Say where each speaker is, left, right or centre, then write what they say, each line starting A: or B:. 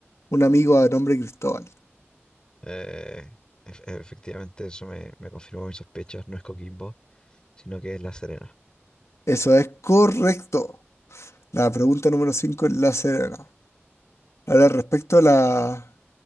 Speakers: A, on the left; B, on the left.
A: Un amigo de nombre Cristóbal.
B: Eh, ef- efectivamente, eso me, me confirmó mis sospechas, no es Coquimbo, sino que es La Serena.
A: Eso es correcto. La pregunta número 5 es la serena. Ahora, respecto a la